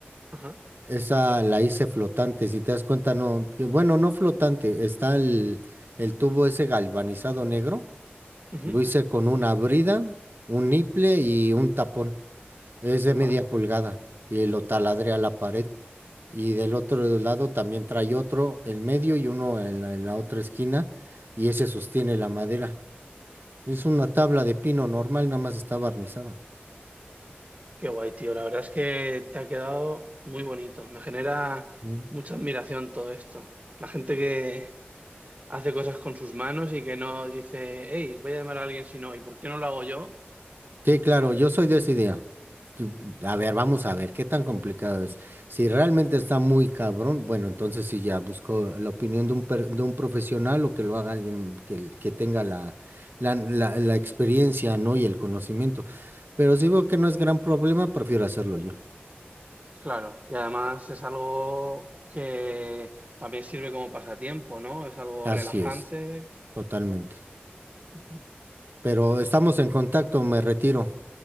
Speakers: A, on the right; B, on the right.
A: Ajá.
B: esa la hice flotante, si te das cuenta, no, que bueno, no flotante, está el, el tubo ese galvanizado negro,
A: Ujú.
B: lo hice con una brida, un niple y un tapón, es de media
A: Buah.
B: pulgada, y lo taladré a la pared. Y del otro lado también trae otro en medio y uno en la en la otra esquina, y ese sostiene la madera. Es una tabla de pino normal, nada más está barnizada.
A: Qué guay, tío. La verdad es que te ha quedado muy bonito. Me genera
B: Mm.
A: mucha admiración todo esto. La gente que hace cosas con sus manos y que no dice, hey, voy a llamar a alguien si no, ¿y por qué no lo hago yo?
B: Sí, claro,
A: Buah,
B: yo soy de esa idea. Tú- A ver, vamos a ver qué tan complicado es. Si realmente está muy cabrón, bueno, entonces sí ya busco la opinión de un, per- de un profesional o que lo haga alguien que, que tenga la, la, la- la experiencia, ¿no? Y el conocimiento. Pero si veo que no es gran problema, prefiero hacerlo yo.
A: claro. Y además es algo que también sirve como pasatiempo, ¿no? Es algo
B: Así
A: relajante.
B: es, totalmente.
A: Ujú.
B: Pero estamos en contacto, me retiro.